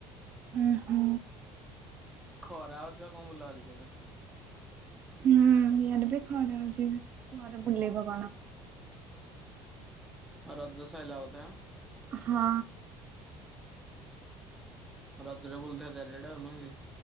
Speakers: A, on the right (about 35°); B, in the centre.
A: ଉଁ ହୁଁ।
B: ଖରା ହଉଛି ଆଉ କଣ ବୁଲାବୁଲି କରିବ।
A: ହୁଁ ଇଆଡ଼େ ବି ଖରା ହୋଉଛି କୁଆଡ଼େ ବୁଳିବ କଣ।
B: ଆଉ ରଜ ଶଇଲା ବୋଧେ ଆ।
A: ହଁ।
B: ରଜ ରେ ବୁଲଥିବେ ଚାରିଆଡ଼େ ନୁହ କି।